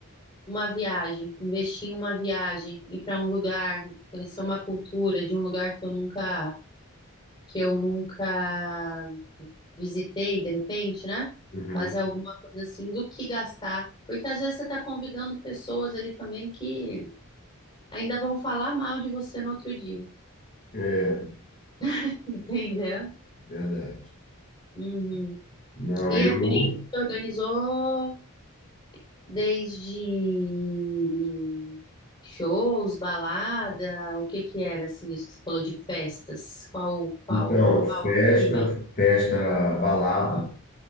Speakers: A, on the left (about 25°); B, on the left (about 40°).
A: uma viagem, investir em uma viagem, ir para um lugar, conhecer uma cultura de um lugar que eu nunca, que eu nunca visitei, de repente, né?
B: Uhum.
A: Fazer alguma coisa assim do que gastar. Porque às vezes você está convidando pessoas ali também que ainda vão falar mal de você no outro dia.
B: É,
A: <laughs> Entendeu?
B: verdade.
A: Uhum.
B: Não,
A: E
B: eu.
A: a gente organizou desde shows, balada, o que que era assim, isso que você falou de festas? Qual, qual,
B: Então,
A: em
B: festa,
A: qual segmento?
B: festa, balada,